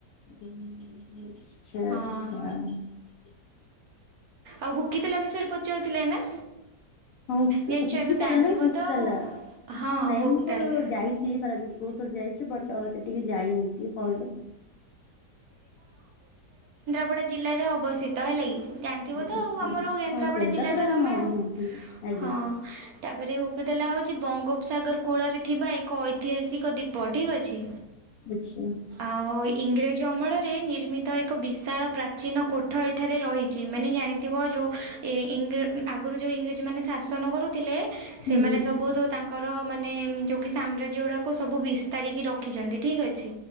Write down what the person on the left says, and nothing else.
ଆଚଛା ଆଚଛା।
ହ
ହକିତଲ
ନା ହକ୍ତତଲା।
<unintelligible>
ନାଇଁ
ମୁଁ ତ
ଯାଇଛି ପାରାଦୀପ। ବହୁତ ଥରେ ଯାଇଚି ବଟ୍ ସେଟିକି ଯାଇନି ଟିକେ କହିଲେ।
ଆଚ୍ଛା
ହଁ କେନ୍ଦ୍ରାପଡା
ହଁ
ହଁ ହଁ ଆଜ୍ଞା
ଦେଖିଆ
ହୁଁ